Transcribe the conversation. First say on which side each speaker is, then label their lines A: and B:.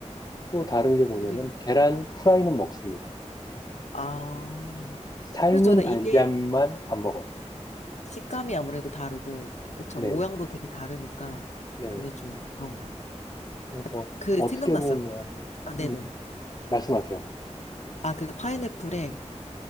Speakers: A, on the left; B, on the left.
A: 또 다른 게 뭐냐면
B: 그리고
A: 계란 후라이는 먹습니다.
B: 아,
A: 삶은
B: 그렇죠. 근데
A: 달걀만
B: 이게
A: 안 먹어요.
B: 식감이 아무래도 다르고, 그쵸.
A: 네네.
B: 모양도 되게 다르니까,
A: 네.
B: 그게 좀 그런 것 같아요.
A: 그래서
B: 아, 그,
A: 어떻게
B: 생각났어요.
A: 보면
B: 아, 네네.
A: 음, 음. 말씀하세요.
B: 아, 그 파인애플에